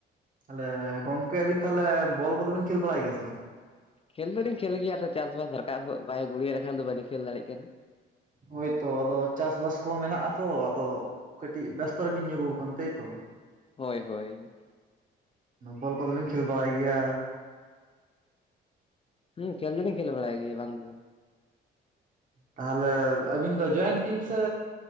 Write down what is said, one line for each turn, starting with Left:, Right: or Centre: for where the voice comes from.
Right: ᱛᱟᱦᱚᱞᱮ ᱜᱚᱝᱠᱮ ᱟᱵᱤᱱ ᱛᱟᱦᱚᱞᱮ ᱵᱚᱞ ᱠᱚᱫᱚ ᱵᱤᱱ ᱠᱷᱮᱞ ᱵᱟᱲᱟᱭ ᱜᱮᱭᱟ ᱥᱮ ᱵᱟᱝ?
Left: ᱠᱷᱮᱞ ᱫᱚᱞᱤᱧ ᱠᱷᱮᱞ ᱜᱮᱭᱟ ᱟᱫᱚ ᱪᱟᱥᱵᱟᱥ ᱨᱟᱠᱟᱵ ᱦᱳᱜ ᱵᱟᱭ ᱜᱩᱲᱭᱟᱹ ᱞᱮᱠᱷᱟᱱ ᱫᱚ ᱵᱟᱞᱤᱧ ᱠᱷᱮᱞ ᱫᱟᱲᱭᱟᱜ ᱠᱟᱱᱟ᱾
Right: ᱦᱳᱭᱛᱚ ᱟᱫᱚ ᱪᱟᱥᱵᱟᱥ ᱠᱚ ᱢᱮᱱᱟᱜ ᱟᱛᱚ ᱟᱫᱚ ᱠᱟᱹᱴᱤᱡ ᱵᱮᱥᱛᱚ ᱨᱮᱵᱤᱱ ᱧᱩᱨᱩ ᱟᱠᱟᱱᱟ ᱛᱟᱭᱛᱚ᱾
Left: ᱦᱳᱭ ᱦᱳᱭ᱾
Right: ᱵᱚᱞ ᱠᱚᱫᱚ ᱵᱤᱱ ᱠᱷᱮᱞ ᱵᱟᱲᱟᱭ ᱜᱮᱭᱟ?
Left: ᱦᱩᱸ ᱠᱷᱮᱞ ᱫᱚᱞᱤᱧ ᱠᱷᱮᱞ ᱵᱟᱲᱟᱭ ᱜᱮᱭᱟ ᱵᱟᱝ ᱫᱚ ᱵᱟᱝ᱾
Right: ᱛᱟᱦᱚᱞᱮ ᱟᱹᱵᱤᱱ ᱫᱚ ᱡᱚᱭᱮᱱᱴ ᱴᱤᱢ ᱥᱮ